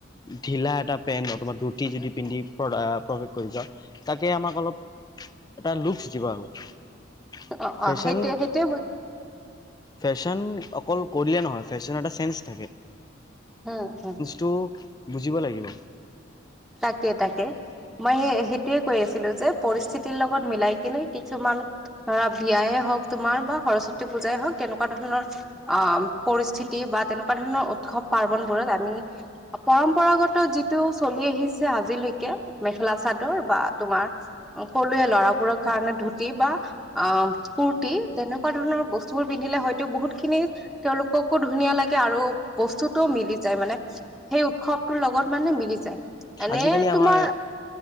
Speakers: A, on the left; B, in the centre.
A: ঢিলা এটা পেন্ অথবা ধুতি যদি পিন্ধি প্ৰৱেশ কৰি যাওঁ তাকে আমাৰ <inaudible> অলপ এটা লুপচ দিব আৰু <unintelligible>
B: অ
A: ফেশ্বন
B: অ সেইটোৱে সেইটোৱে
A: ফেশ্বন অকল কৰিলে নহয় ফেশ্বন এটা চেন্ঞ্চ থাকে।
B: হুম হুম।
A: টো বুজি ব লাগিব।
B: তাকে তাকে মই স সেইটোয়ে কৈ আছিলো যে পৰিস্থিতিৰ লগত মিলাই কিনে কিছুমান ধৰা বিয়। হ তোমাৰ বা সৰস্বতী পূজাই হওক তেনেকুৱা ধৰণৰ অ পৰিস্থিতি বা তেনেকুৱা ধৰণৰ উৎসৱ, পাৰ্বনবোৰত আমি পৰম্পৰাগত যিটো চলি আহিছে আজিলৈকে মেখেলা চ চাদৰ বা তোমাৰ কলৱে লৰাবোৰৰ কাৰণে ধুতি বা অ কুৰ্তি। তেনেকুৱা ধৰণৰ বস্তু বোৰ পিন্ধিলে হয়তো বহুত খিনি তেওঁলোককো ধুনীয়া লাগে আৰু বস্তু তেওঁ মিলি যায় মানে সেই উৎসৱটোৰ লগত মানে মিলি যায়। এনে
A: আজিকালি
B: তোমাৰ
A: আমাৰ